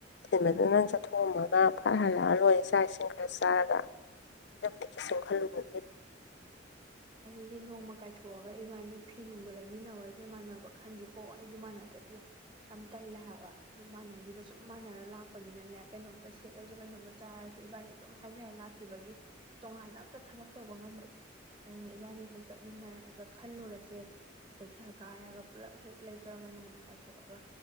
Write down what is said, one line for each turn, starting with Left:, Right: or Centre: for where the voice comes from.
Left: ꯊꯤꯟꯕꯗꯨꯅ ꯅꯪ ꯆꯠꯊꯣꯛꯑꯝꯃꯒ ꯐꯠ ꯍꯜꯂꯛꯑ ꯂꯣꯏꯔꯦ ꯆꯥꯛ ꯏꯁꯤꯡ ꯈꯔ ꯆꯥꯔꯒ ꯑꯗꯨꯕꯨꯗꯤ ꯀꯩꯁꯨꯝ ꯈꯜꯂꯨꯅꯨ
Right: ꯑꯗꯨꯗꯤ ꯅꯣꯡꯃ ꯀꯥꯏꯊꯣꯛꯑꯒ ꯏꯕꯥꯅꯤ ꯐꯤ ꯅꯨꯡꯗꯣ ꯂꯩꯃꯤꯟꯅꯩꯔꯁꯦ ꯏꯃꯥꯟꯅꯕ ꯈꯟꯁꯤꯀꯣ ꯑꯩꯗꯤ ꯃꯥꯟꯅꯗ꯭ꯔꯗꯤ ꯌꯥꯝ ꯇꯜꯂꯦ ꯍꯥꯏꯕ ꯑꯗꯨ ꯃꯥꯟꯅꯈꯤꯕ ꯁꯨꯝ ꯃꯥꯟꯅꯔꯒ ꯂꯥꯛꯈꯤꯕꯒꯤ ꯀꯩꯅꯣꯝꯇ ꯁꯦꯠꯂꯁꯨ ꯀꯩꯅꯣꯝꯇ ꯆꯥꯔꯁꯨ ꯏꯕꯥꯅꯤ ꯑꯗꯨꯝ ꯍꯥꯏꯅꯔ ꯂꯥꯛꯈꯤꯕꯒꯤ ꯇꯣꯉꯥꯟꯅ ꯑꯝꯇ ꯊꯕꯛ ꯇꯧꯕ ꯉꯝꯗꯦ ꯑꯗꯨꯅ ꯏꯕꯥꯅꯤ ꯍꯦꯛ ꯆꯠꯃꯤꯟꯅꯔꯒ ꯈꯜꯂꯨꯔꯁꯦ ꯀꯩꯊꯦꯜ ꯀꯥꯔꯒ ꯄꯨꯜꯂꯞ ꯍꯦꯛ ꯂꯩꯈ꯭ꯔꯒ ꯅꯣꯡꯃ ꯀꯥꯏꯊꯣꯛꯑꯒ